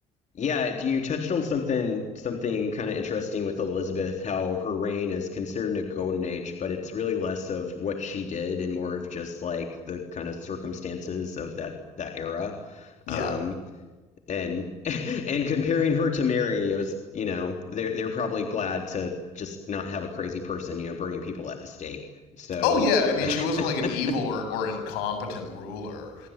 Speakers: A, on the left; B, on the left.
A: Yeah, you touched on something something kind of interesting with Elizabeth, how her reign is considered a golden age, but it's really less of what she did and more of just like the kind of circumstances of that that era.
B: Yeah.
A: Um, and <laughs> and comparing her to Mary, it was, you know, they're they're probably glad to just not have a crazy person, you know, burning people at the stake. So
B: Oh yeah, I mean
A: that
B: she wasn't like an evil or, or incompetent ruler.